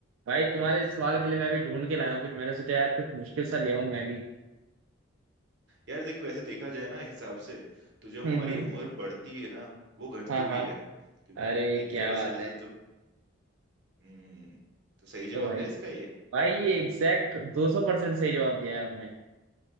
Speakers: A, on the right (about 85°); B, on the right (about 55°).
A: भाई तुम्हारे इस सवाल
B: हम्म।
A: के लिए मैं भी ढूंढ के लाया हूँ कुछ मैंने सोचा यार कुछ मुश्किल सा ले आऊं मैं भी
B: यार देख वैसे देखा जाए ना हिसाब से तो जो
A: हम्म
B: हमारी
A: हम्म
B: उम्र बढ़ती है ना वो घटती
A: हाँ
B: भी
A: हाँ
B: है क्योंकि
A: अरे
B: एक
A: क्या
B: तरह
A: बात
B: से जैसे
A: है
B: तो हम्म तो सही जवाब
A: तो भाई
B: है इसका ये
A: भाई ये एग्जैक्ट दो सौ परसेंट सही जवाब दिया है आपने